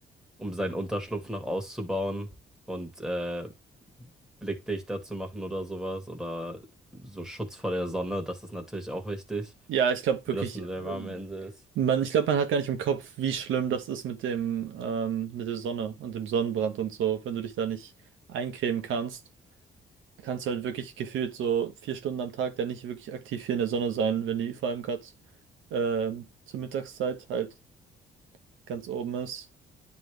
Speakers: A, in the centre; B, on the right.
A: um seinen Unterschlupf noch auszubauen und äh, blickdichter zu machen oder sowas oder so Schutz vor der Sonne, das ist natürlich auch wichtig,
B: Ja, ich glaube
A: wenn
B: wirklich.
A: das eine
B: äh,
A: sehr warme Insel ist.
B: Man, ich glaube, man hat gar nicht im Kopf, wie schlimm das ist mit dem, ähm, mit der Sonne und dem Sonnenbrand und so. Wenn du dich da nicht eincremen kannst, kannst du halt wirklich gefühlt so vier Stunden am Tag da nicht wirklich aktiv hier in der Sonne sein, wenn die vor allem gerade ähm, zur Mittagszeit halt ganz oben ist.